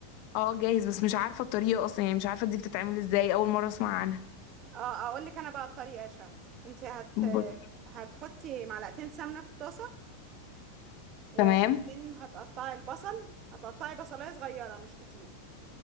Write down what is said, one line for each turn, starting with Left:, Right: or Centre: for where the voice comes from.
Left: اه جاهز بس مش عارفة الطريقة اصلا يعني مش عارفة دي بتتعمل ازاي اول مرة اسمع عنها
Right: اه اقول لك انا بقى الطريقه يا شهد انت هت
Left: بص
Right: هتحطي معلقتين سمنه في الطاسه وبعدين
Left: تمام
Right: هتقطعي البصل هتقطعي بصلايه صغيره مش كتير